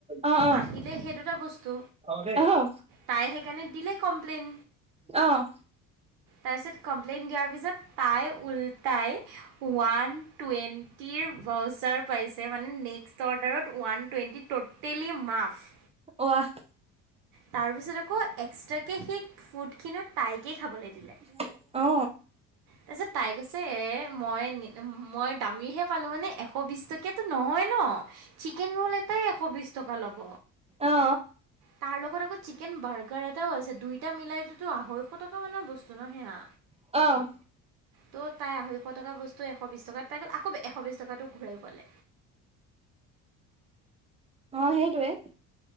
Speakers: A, on the right; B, on the right.
A: অ
B: আহিলে সেই দুটা বস্তু।
A: অ আহ
B: তাই সেইকাৰণে দিলে কমপ্লেন।
A: অঁ।
B: তাৰপিছত কমপ্লেইনট দিয়াৰ পিছত, তাই উল্টাই ওৱান টুৱেণ্টিৰ ভাউচাৰ পাইছে, মানে নেক্সট অৰ্ডাৰত ওৱান টুৱেণ্টি ট'টেলি মাফ।
A: ওৱাহ।
B: তাৰ পিছত আকৌ এক্সট্ৰাকে সেই ফুড খিনি তাইকে খাবলে দিলে।
A: <unintelligible> অ।
B: তাৰপিছত তাই কৈছে এ মই মই দামীহে পালো মানে এশ বিশ টকা- কিয়াটো নহয় ন চিকেন ৰোল এটাই এশ বিশ টকা ল'ব।
A: অ
B: তাৰ লগত আকৌ চিক চিকেন বাৰ্গাৰ এটাও আছে দুইটা মিলাইটোতো আঢৈশ টকা মানৰ বস্তু ন সেয়া।
A: অ।
B: ত' তাই আঢৈশ টকা বস্তু এশ বিশ টকাত পাই গ'ল আকৌ এশ বিশছ টকাটো ঘূৰাইও পালে।
A: অঁ' সেইটোৱেই।